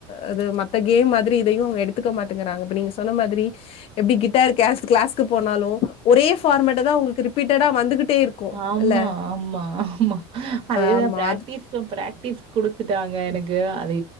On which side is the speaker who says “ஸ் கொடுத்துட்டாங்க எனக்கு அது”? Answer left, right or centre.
Right